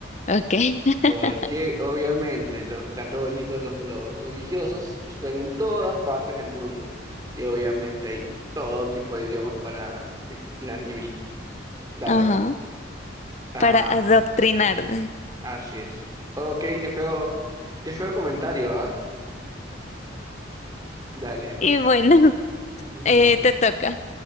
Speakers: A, on the left; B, on the right.
A: Ok, <laughs>
B: Porque obviamente los católicos, los, los religiosos, están en todas partes del mundo y obviamente hay todo tipo de idiomas para el gran librito. Dale.
A: ajá,
B: Ah,
A: para adoctrinarme.
B: así es. Ok, qué feo, qué feo comentario, ¿ah? Dale.
A: Y bueno, <laughs>
B: Mm,
A: eh, te toca.